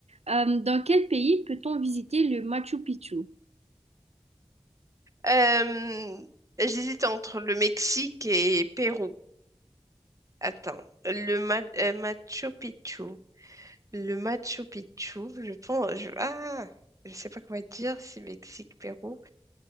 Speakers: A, on the right; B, on the right.
A: Euh, dans quel pays peut-on visiter le Machu Picchu?
B: Euh, j'hésite entre le Mexique et Pérou. Attends, le Ma- euh, Machu Picchu. Le Machu Picchu, je pense. Je, ah, je sais pas quoi dire, c'est Mexique, Pérou.